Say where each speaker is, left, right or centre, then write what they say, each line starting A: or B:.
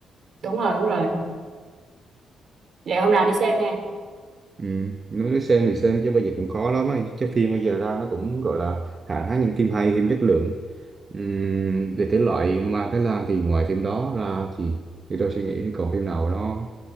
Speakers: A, on the right; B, on the right.
A: đúng rồi đúng rồi vậy hôm nào đi xem ha
B: Ừ. Nói xem thì xem chứ bây giờ cũng khó lắm á Chắc phim bây giờ ra nó cũng gọi là hạn hán những phim hay phim chất lượng Ừm, về thể loại ma Thái Lan thì ngoài phim đó ra thì thì tôi suy nghĩ thì còn phim nào nó